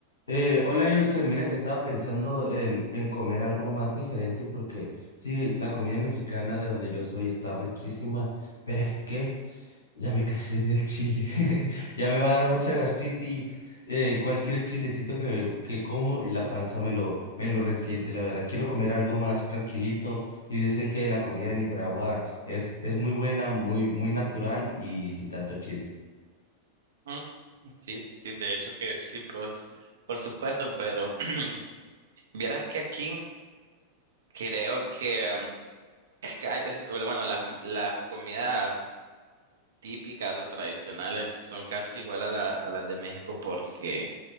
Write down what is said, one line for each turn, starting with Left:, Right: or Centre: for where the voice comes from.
Left: Eh, hola, Yotzer. Mira que estaba pensando en, en comer algo más diferente porque sí, la comida mexicana de donde yo soy está riquísima, pero es que ya me casé del chile. <laughs> Ya me va a dar mucha gastritis. eh, cualquier chilecito que, que como, y la panza me lo, me lo resiente, la verdad. Quiero comer algo más tranquilito y dicen que la comida de Nicaragua es, es muy buena, muy, muy natural y sin tanto chile.
Right: Mm, Sí, sí, de hecho que sí, por, por supuesto, pero <clears throat> vieras que aquí creo que em, es que hay- es- bueno, las, las comidas típicas o tradicionales son casi igual a la, a las de México porque